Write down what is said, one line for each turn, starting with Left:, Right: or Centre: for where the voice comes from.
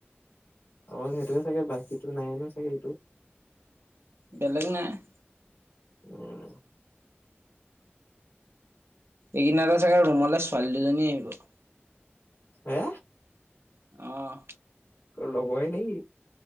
Left: অকল সেইটো চাগে বাকীটোমড়মভ্ৰ মণ্ড নাইনো চাগে এইটো
Right: বেলেগ নাইযঢ়ঢ়।
Left: উম
Right: একিনতে চাগে ৰুমলে ছোৱালী দুজনী আহিব
Left: হে
Right: আহ
Left: অ লগৰ হয় নেকি